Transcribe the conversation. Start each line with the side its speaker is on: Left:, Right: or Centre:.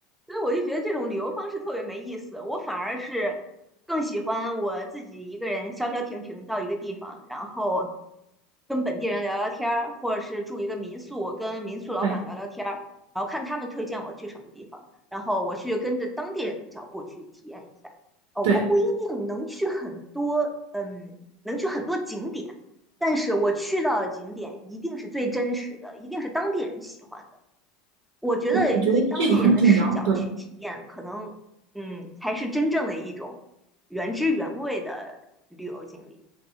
Centre: 所以我就觉得这种旅游方式特别没意思，我反而是更喜欢我自己一个人消消停停到一个地方，然后跟本地人聊聊天儿，或者是住一个民宿，跟民宿老板聊聊天儿，
Right: 对
Centre: 然后看他们推荐我去什么地方，然后我去跟着当地人的脚步去体验一下。哦，
Right: 对。
Centre: 我不一定能去很多，嗯，能去很多景点，但是我去到的景点一定是最真实的，一定是当地人喜欢的。我觉得以当地人的视角去体验，
Right: 我我觉得这个很重要，对
Centre: 可能嗯，才是真正的一种原汁原味的旅游经历。